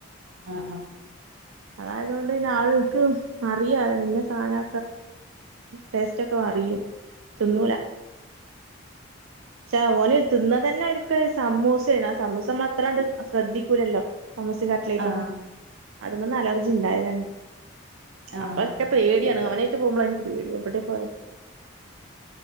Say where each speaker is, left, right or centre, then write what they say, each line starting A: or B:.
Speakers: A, on the right; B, on the right.
A: ആഹ് ആഹ്
B: അതായതുകൊണ്ട് പിന്നെ ആളുകൾക്ക് അറിയാ എന്നെ സാധന ടേസ്റ്റ് ഒക്കെ അറിയും തിന്നൂല പക്ഷേ ഓന തിന്ന തന്നെ വനിക്ക് സമൂസയാണ് ആ സമൂസ മാത്രണ്ട് ശ്രദ്ധിക്കൂലല്ലോ സമൂസി കട്ടലേട്ടും
A: ആഹ് ആഹ്
B: അത മന്ന അലർജി ഉണ്ടായ തന്നെ
A: ആഹ്
B: അപ്പൊക്കെ പേടിയാണ് അവനായിട്ട് പോകുമ്പോണ് എക്ക് പേടി എവിടെ പോയാലും